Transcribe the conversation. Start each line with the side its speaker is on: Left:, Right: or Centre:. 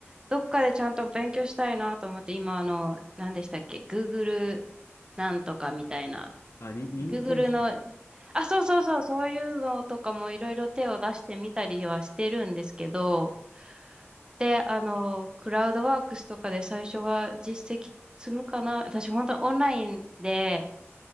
Right: どっかでちゃんと勉強したいなと思って、今、あの、何でしたっけ ?Google なんとかみたいな。
Left: あ、に、認定資格。
Right: Google の、あ、そうそうそう、そういうのとかもいろいろ手を出してみたりはしてるんですけど、で、あの、クラウドワークスとかで最初は実績積むかな。私、本当オンラインで